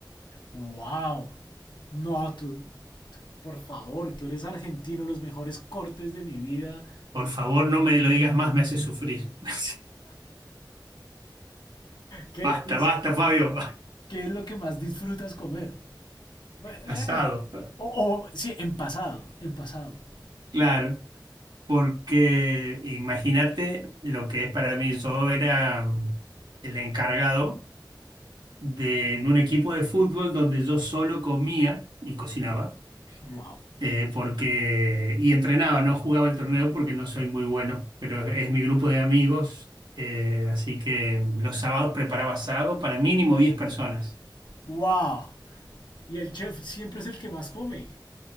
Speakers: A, on the left (about 70°); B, on the right (about 75°).
A: Wow. No, tú, por favor, tú eres argentino, los mejores cortes de mi vida.
B: Por favor, no me lo digas más, me hace sufrir. <laughs>
A: ¿Qué,
B: Basta,
A: qué es,
B: basta, Fabio.
A: qué es lo que más disfrutas comer? Eh.
B: <laughs> Asado.
A: O, o, sí, en pasado, en pasado.
B: Claro, porque imagínate lo que es para mí. Yo era el encargado de en un equipo de fútbol donde yo solo comía y cocinaba
A: Wow.
B: eh, porque, y entrenaba, no jugaba el torneo porque no soy muy bueno, pero es mi grupo de amigos, eh, así que los sábados preparaba asado para mínimo diez personas.
A: Wow. Y el chef siempre es el que más come.